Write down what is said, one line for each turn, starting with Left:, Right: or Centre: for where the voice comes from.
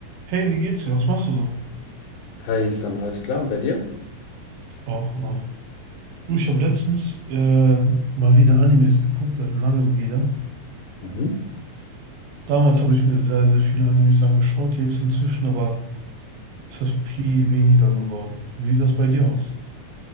Right: Hey, wie geht's dir? Was machst du so?
Left: Hi, San, alles klar? Und bei dir?
Right: Auch, auch. Du, ich habe letztens äh, mal wieder Animes geguckt, seit langem wieder.
Left: Mhm.
Right: Damals habe ich mir sehr, sehr viele Animes angeschaut, jetzt inzwischen aber ist das viel weniger geworden. Wie sieht das bei dir aus?